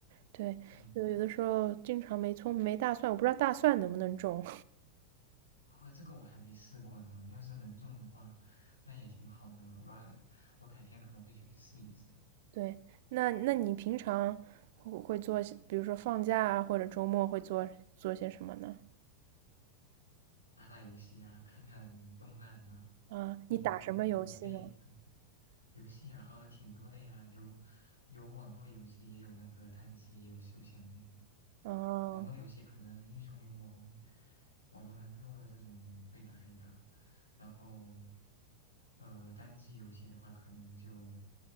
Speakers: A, on the right; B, on the left.
A: 对，
B: 嗯，
A: 就有的时候经常没葱没大蒜，我不知道大蒜能不能种。
B: 啊、这个我还没试过呢，要是能种的话，那也挺好的。我要我改天可能会去试一试。
A: <laughs> 对，那那你平常会会做些，比如说放假啊，或者周末会做做些什么呢？
B: 打打游戏呀、看看动漫呐、
A: 啊，
B: 你呢？
A: 你打什么游戏呢？
B: 你你会对游戏呀、呃，挺多的呀，有有网络游戏，也有那个单机，也有休闲类的。
A: 哦，
B: 网络游戏可能英雄联盟、瓦罗兰特这种会打一打，然后呃，单机游戏的话，可能就